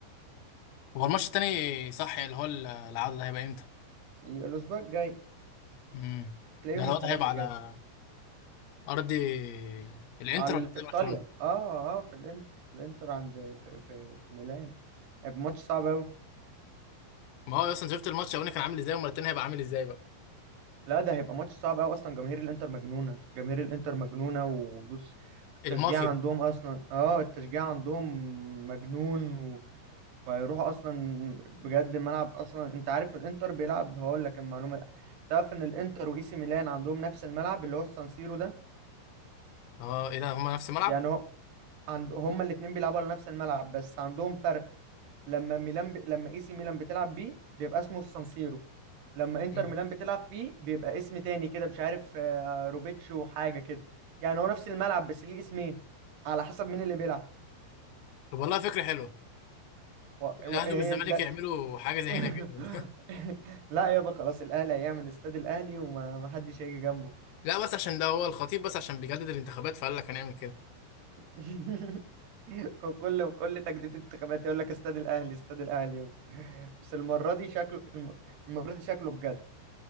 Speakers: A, on the left; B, on the right.
A: هو الماتش التاني صح اللي هو ال- العودة ده هيبقى امتى؟
B: الاسبوع الجاي
A: مم.
B: تلاقيه
A: ده
B: يوم
A: دوت
B: الثلاثاء
A: هيبقى
B: الجاي
A: على أرض الإنتر
B: على
A: ولا
B: في
A: أرض
B: ايطاليا
A: برشلونة؟
B: اه اه في الانتر في الانتر عند في في, في ميلان هيبقى ماتش صعب قوي
A: ما هو أصلا شفت الماتش الأولاني كان عامل ازاي والمرة التانية هيبقى عامل ازاي بقى
B: لا ده هيبقى ماتش صعب قوي اصلا جماهير الانتر مجنونه جماهير الانتر مجنونه وبص التشجيع
A: المافيا
B: عندهم اصلا اه التشجيع عندهم مجنون ويروحوا اصلا بجد الملعب اصلا انت عارف الانتر بيلعب هقول لك المعلومه تعرف ان الانتر واي سي ميلان عندهم نفس الملعب اللي هو السانسيرو ده
A: اه ايه ده هما نفس الملعب
B: يعني هو عند هما الاثنين بيلعبوا على نفس الملعب بس عندهم فرق لما ميلان ب... لما اي سي ميلان بتلعب بيه بيبقى اسمه السانسيرو لما انتر
A: مم.
B: ميلان بتلعب فيه بيبقى اسم تاني كده مش عارف آه، روبيتشو حاجه كده يعني هو نفس الملعب بس ليه اسمين على حسب مين اللي بيلعب
A: طب والله فكره حلوه
B: و...
A: الاهلي
B: و... هي
A: والزمالك
B: ده
A: يعملوا حاجه زي
B: <laughs>
A: هنا كده <laughs>
B: لا يابا خلاص الاهلي هيعمل استاد الاهلي وما ما حدش هيجي جنبه
A: لا بس عشان ده هو الخطيب بس عشان بيجدد الانتخابات فقال لك هنعمل كده
B: <laughs> وكل كل تجديد انتخابات يقول لك استاد الاهلي استاد الاهلي بس المره دي شكله الم- المره دي شكله بجد